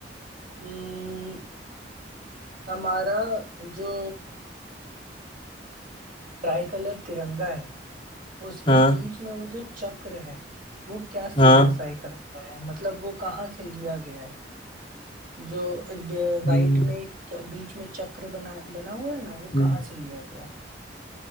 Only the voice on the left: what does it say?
हाँ
हाँ
हम्म
हम्म।